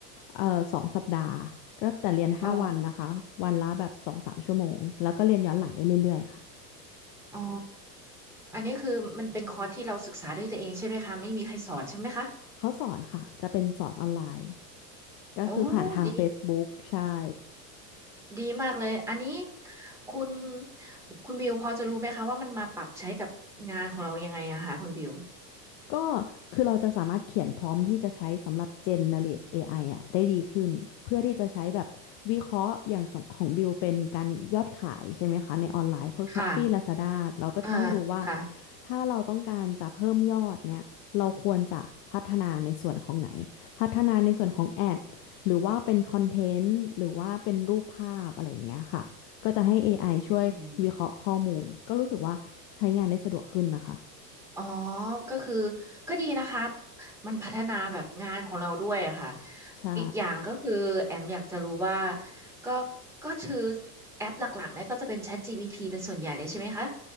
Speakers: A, on the left (about 40°); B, in the centre.
A: เอ่อสองสัปดาห์ก็แต่เรียนห้าวันนะคะวันละแบบสองสามชั่วโมงแล้วก็เรียนย้อนหลังได้เรื่อยๆค่ะ
B: อ๋ออ๋ออันนี้คือมันเป็นคอร์สที่เราศึกษาด้วยตัวเองใช่ไหมคะไม่มีใครสอนใช่ไหมคะ
A: เขาสอนค่ะจะเป็นสอนออนไลน์ก็คือผ่านทาง
B: โอ้ดี
A: Facebook ใช่
B: ดีมากเลยอันนี้คุณคุณบิวพอจะรู้ไหมคะว่ามันมาปรับใช้กับงานของเรายังไงอะคะคุณบิว
A: ก็คือเราจะสามารถเขียนพร้อมที่จะใช้สำหรับ generate AI อไออ่ะได้ดีขึ้นเพื่อที่จะใช้แบบวิเคราะห์อย่างของบิวเป็นการยอดขายใช่ไหมคะในออนไลน์พวก
B: ค่ะ
A: Shopee Lazada เราก็จะต้องดูว่า
B: อ่าค่ะ
A: ถ้าเราต้องการจะเพิ่มยอดเนี่ยเราควรจะพัฒนาในส่วนของไหนพัฒนาในส่วนของแอดหรือว่าเป็นคอนเทนต์หรือว่าเป็นรูปภาพอะไรอย่างเงี้ยค่ะก็จะให้เอไอช่วยวิเคราะห์ข้อมูลก็รู้สึกว่าใช้งานได้สะดวกขึ้นนะคะ
B: อืม อ๋อ ก็คือก็ดีนะคะมันพัฒนาแบบงานของเราด้วยอะค่ะ
A: ใช่
B: อีกอย่างก็คือแอมอยากจะรู้ว่าก็ก็คือแอปหลักๆเนี่ยก็จะเป็น ChatGPT เป็นส่วนใหญ่เลยใช่ไหมคะ